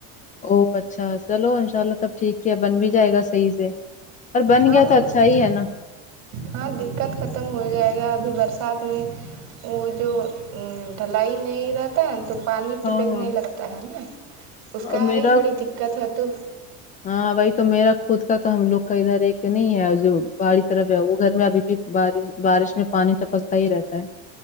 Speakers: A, on the left; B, on the right.
A: او اچھا چلو ان شاء اللہ تب ٹھیک کیا بن بھی جائے گا صحیح سے اور بن
B: ہاں
A: گیا تو
B: مطلب
A: اچھا ہی ہے نا
B: ہاں دککت ختم ہو جائے گا ابھی برسات میں وہ جو ڈھلائی نہیں رہتا ہے تو پانی ٹپکنے
A: ہاں
B: لگتا ہے نا اس
A: اور
B: کا
A: میرا
B: ہی بڑی دککت ہے تو
A: ہاں بھائی تو میرا خود کا تو ہم لوگ کا ادھر ایک نہیں ہے جو باڈی کی طرف ہے وہ گھر میں ابھی پے بارش بارش میں پانی ٹپکتا ہی رہتا ہے